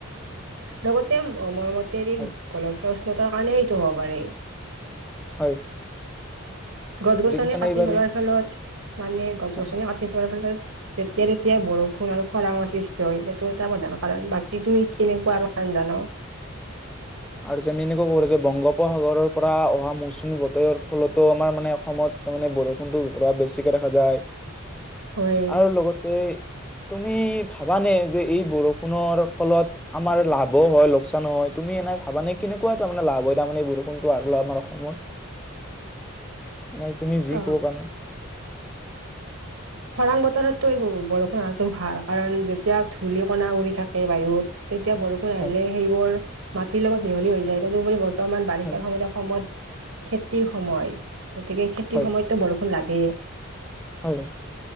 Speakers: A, on the right; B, in the centre.
A: লগতে মৰমতে এই
B: হয়
A: গোলকীয়া উষ্ণতাৰ কাৰণে এইটো হ'ব পাৰেি
B: হয়
A: গছ গছনি
B: দেখিছানে
A: কাটি
B: এইবাৰ
A: পেলোৱাৰ
B: এই-
A: ফলত মানে গছ
B: হয়
A: গছনি কাটি পেলোৱাৰ ফলত তেতিয়া তেতিয়াই বৰষুণ আৰু খৰা ম সৃষ্টি হয় এইেইটো এটা প্ৰধানৰ কাৰণ বাকী তুমি কেনেকুৱা কাৰণ জান
B: আৰু যে মি এনেকা কব যে বংগপ উপসাগৰৰ পৰা অহা মৌচুমী বতৰ ফলতো আমাৰ মানে অসমত তাৰমানে বৰষুণটো বেছিকে দেখা যায়
A: হয়
B: আৰু লগতে তুমি ভাবানে যে এই বৰষুণৰ ফলত আমাৰ লাভো হয় লোকচানো হয় তুমি এ নাই ভাবা নে কেনেকুৱা তাৰমানে লাভ হয় তাৰমানে এই বৰষুণটো আৰু আমাৰ অসমত এ নাই তুমি যি
A: অ
B: ক'ব পানা
A: খৰাং বততটো এই বৰষুণ হো ভাল কাৰণ যেতিয়া ধূলিকনাা উৰি থাকে বাহুত তেতিয়া বৰষুণ আহিলে
B: হয়
A: সেইবোৰ মাটিৰ লগত মিহলি হৈ যায় তদুপৰি বৰ্তমান বাৰিষাৰ
B: হয়
A: সময়ত অসমত খেতিৰ সময় গতিকে খেতিৰ
B: হয়
A: সময়তো বৰষুণ লাগে
B: হয় হয়